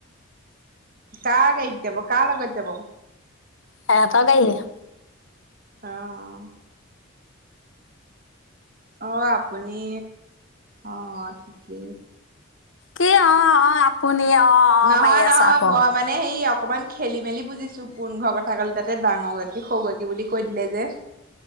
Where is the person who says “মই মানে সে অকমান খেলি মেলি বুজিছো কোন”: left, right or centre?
Right